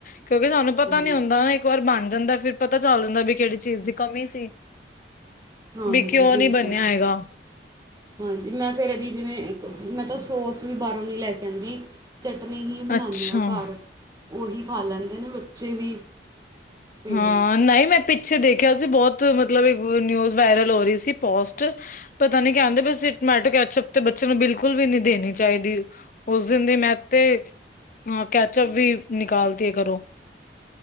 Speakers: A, on the left (about 45°); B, on the right (about 20°).
A: ਕਿਉਂਕਿ, ਤੁਹਾਨੂੰ ਪਤਾ
B: ਹੂੰ
A: ਨੀ ਹੁੰਦਾ ਨਾ, ਇੱਕ ਵਾਰ ਬਣ ਜਾਂਦਾ ਫਿਰ ਪਤਾ ਚੱਲ ਜਾਂਦਾ, ਬਈ ਕਿਹੜੀ ਚੀਜ਼ ਦੀ ਕਮੀ ਸੀ।
B: ਹਾਂਜੀ
A: ਬਈ ਕਿਉਂ
B: ਬਿਲਕੁਲ
A: ਨਹੀਂ ਬਣਿਆ ਹੈਗਾ।
B: ਹਾਂਜੀ, ਮੈਂ ਫਿਰ ਇਹਦੀ ਜਿਵੇਂ, ਇੱਕ ਮੈਂ ਤਾਂ, ਸੋਸ ਵੀ ਬਾਹਰੋਂ ਨਹੀਂ ਲੈ ਕੇ ਆਉਂਦੀ। ਚਟਨੀ ਹੀ ਬਣਾਉਦੀ
A: ਅੱਛਾ
B: ਹਾਂ ਘਰ, ਉਹੀ ਖਾ ਲੈਂਦੇ ਨੇ, ਬੱਚੇ ਵੀ। ਅਤੇ
A: ਹਾਂ ਨਹੀਂ, ਮੈਂ ਪਿੱਛੇ ਦੇਖਿਆ ਸੀ, ਬਹੁਤ ਮਤਲਬ ਨਿਊਜ਼ ਵਾਇਰਲ ਹੋ ਰਹੀ ਸੀ ਪੋਸਟ। ਪਤਾ ਨੀ ਕਹਿੰਦੇ ਪਏ ਸੀ, ਟਮੈਟੋ ਕੈਚਪ ਤੇ, ਬੱਚੇ ਨੂੰ ਬਿਲਕੁਲ ਵੀ ਨੀ ਦੇਣੀ ਚਾਹੀਦੀ, ਉਸ ਦਿਨ ਦੀ ਮੈਂ ਤੇ, ਅ ਕੈਚਅਪ ਵੀ ਨਿਕਾਲਤੀ ਹੈ ਘਰੋਂ।